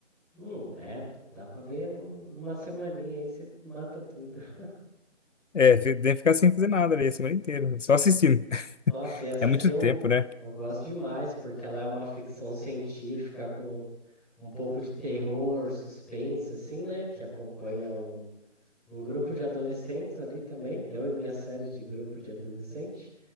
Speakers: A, in the centre; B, on the left.
A: Não é, pô. Dá pra ver num- numa semaninha aí você mata tudo. <laughs>
B: É, fi- tem que ficar sem fazer nada ali a semana inteira, só assistindo. <laughs>
A: Nossa, e essa
B: É
A: aqui
B: muito
A: eu,
B: tempo, né?
A: eu gosto demais, porque ela é uma ficção científica com um pouco de terror, suspense, assim, né? Que acompanha um, um grupo de adolescentes ali também, eu e minha série de grupo de adolescente.